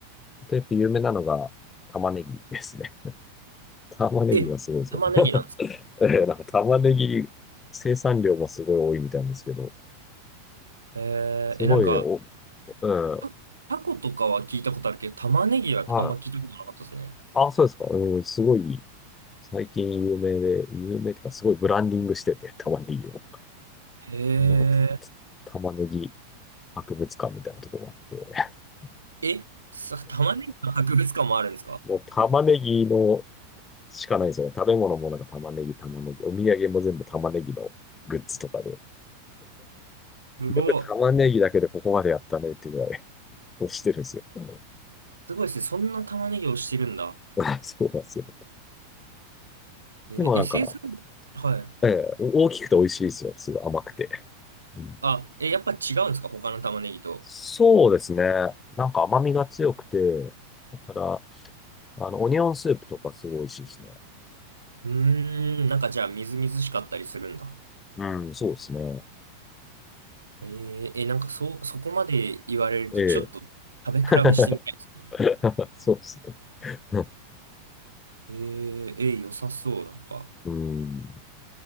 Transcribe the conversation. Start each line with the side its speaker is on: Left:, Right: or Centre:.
Left: あとやっぱ有名なのが玉ねぎですね。<laughs> 玉ねぎがすごいですよね。
Right: え、玉ねぎなんですか
Left: <laughs> えーなんか玉ねぎ生産量もすごい多いみたいなんですけど、
Right: へえー、
Left: すごいねお、
Right: え、なんか、
Left: うん
Right: タタコとかは聞いたことあるけど、玉ねぎはあんま聞いたことなかったですね。
Left: はい。あ、そうですか。うん、すごい、最近有名で、有名っていうか、すごいブランディングしてて、玉ねぎを。
Right: へ
Left: なんかた
Right: え。
Left: 玉ねぎ博物館みたいなとこもあって。<laughs>
Right: え、さ、玉ねぎの博物館もあるんですか
Left: もう玉ねぎのしかないですよね。食べ物もなんか玉ねぎ、玉ねぎ。お土産も全部玉ねぎのグッズとかで。
Right: すごい。
Left: よく玉ねぎだけでここまでやったねっていうぐらい押してるんですよ。うん
Right: すごいですね。そんな玉ねぎをしてるんだ。
Left: <laughs> そうなんですよ。
Right: えー、
Left: でもなんか、
Right: SS? はい。
Left: ええ、大きくて美味しいですよ。すごい甘くて。うん
Right: あ、え、やっぱ違うんですか他の玉ねぎと。
Left: そうですね。なんか甘みが強くて、だから、あの、オニオンスープとかすごい美味しいですね。
Right: うーん、なんかじゃあみずみずしかったりするんだ。
Left: うん、うんそうですね。
Right: えー、え、なんかそう、そこまで言われるとちょっと食べ比べしてみたいですね。
Left: ええ。<laughs> そうですね。<laughs>
Right: えー、えー良さそう、なんか。
Left: うん。